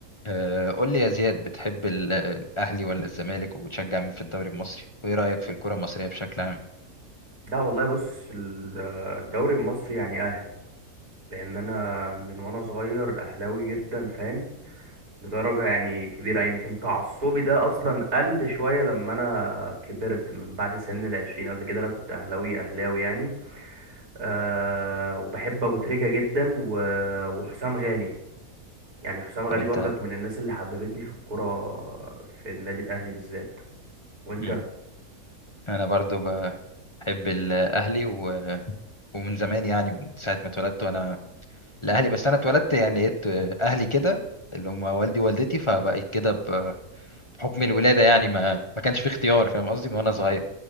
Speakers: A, on the left (about 30°); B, on the right (about 70°).
A: آه، قول لي يا زياد بتحب ال- الأهلي ولا الزمالك وبتشجع مين في الدوري المصري وإيه رأيك في الكرة المصرية بشكل عام
B: لا والله بص ال- آه، الدوري المصري يعني اهلي لان انا من وانا صغير اهلاوي جدا فاهم لدرجه يعني كبيره يمكن تعصبي ده اصلا قل شويه لما انا كبرت من بعد سن العشرين قبل كده لا كنت اهلاوي اهلاوي يعني أه وبحب ابو تريكه جدا و- وحسام غالي يعني حسام غالي
A: طب أنت
B: برضك من الناس اللي حببتني في الكوره في النادي الاهلي بالذات وانت
A: مم. أنا برضو بحب الأهلي و... ومن زمان يعني من ساعة ما اتولدت وأنا الأهلي بس أنا اتولدت يعني لقيت أهلي كده اللي هم والدي ووالدتي فبقيت كده ب- بحكم الولادة يعني ما ما كانش في اختيار فاهم قصدي من وأنا صغير